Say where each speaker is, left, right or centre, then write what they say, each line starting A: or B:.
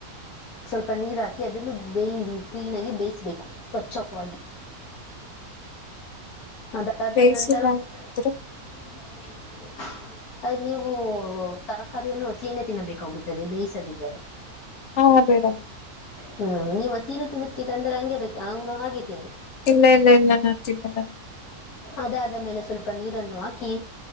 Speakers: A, on the left (about 70°); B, on the left (about 55°).
A: ಸ್ವಲ್ಪ ನೀರ್ ಹಾಕಿ ಅದನ್ನು ಬೇಯ ಕ್ಲೀನ್ ಆಗಿ ಬೇಯಿಸ್ಬೇಕು ಸ್ವಚ್ಛವಾಗಿ. ಅದಾದನಂತರ.
B: ಬೇಯಿಸಿಲ್ಲ
A: <unintelligible>
B: ಅಂತಂದ್ರೆ
A: ಆ ನೀವು ತರಕಾರಿಯನ್ನು ಹಸಿಯನ್ನೇ ತಿನ್ನಬೇಕಾಗುತ್ತದೆ ಬೇಯಿಸದಿದ್ದರೆ
B: ಹಾ <unintelligible>
A: ಹ್ಮ್ ನೀವ್ ಹಸೀನು ತಿನ್ನುತ್ತೀರ ಅಂದ್ರೆ ಹಂಗೆ ಇರುತ್ತೆ ಹಾಗೆ ತಿನ್ನಿ
B: ಇಲ್ಲ ಇಲ್ಲ ಇಲ್ಲ ನಾನ್ ತಿನ್ನಲ್ಲ
A: ಅದಾದ ಮೇಲೆ ಸ್ವಲ್ಪ ನೀರನ್ನು ಹಾಕಿ